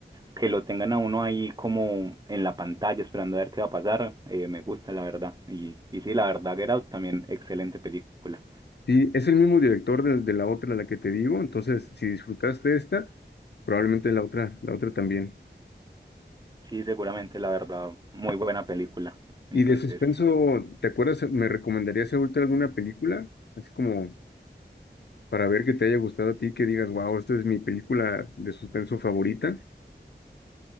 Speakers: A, on the right (about 20°); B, on the left (about 65°).
A: que lo tengan a uno ahí como en la pantalla esperando a ver qué va a pasar, eh, me gusta la verdad. Y, y sí, la verdad, Get Out también excelente película.
B: Sí, es el mismo director de, de la otra, la que te digo, entonces si disfrutaste esta, probablemente la otra, la otra también.
A: Sí, seguramente la verdad, muy buena película. Entonces,
B: Y de suspenso, ¿te acuerdas? ¿Me recomendarías ahorita alguna película? Así como para ver que te haya gustado a ti, que digas, wow, esta es mi película de suspenso favorita.